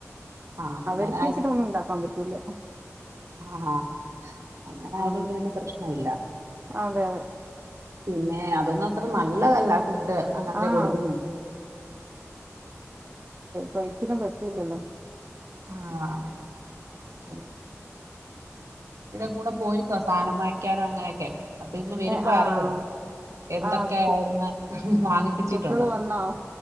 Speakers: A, on the right; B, on the right.
A: ആഹ് അങ്ങനെ
B: അവർക്ക്
A: ആയത്
B: വെച്ചിട്ട് ഒന്നും ഉണ്ടാക്കാൻ പറ്റൂല
A: ആഹ് അങ്ങനെ ആയതുകൊണ്ട്
B: ആ
A: പിന്നെ പ്രശ്നമില്ല
B: അതെ
A: പിന്നേ അതൊന്നും അത്ര നല്ലതല്ല ഉണ്ട് അങ്ങനത്തെ
B: ആഹ്
A: ഒക്കെ കൊടുക്കുന്നു
B: കൈക്കൊന്നും പറ്റൂലല്ലോ
A: ആഹ്
B: <inaudible>
A: <unintelligible> കൂടെ പോയിക്കോ സാധനം വാങ്ങിക്കാനോ അങ്ങനൊക്കെ അപ്പ ഇന്ന് വരുമ്പോ
B: ഏ ആഹ്
A: അറിയാം എന്തൊക്കെ
B: ആഹ് കു
A: അവിടുന്ന് വാങ്ങിപ്പിച്ചിട്ടുണ്ടെന്നു
B: കുട്ടികള് വന്നോ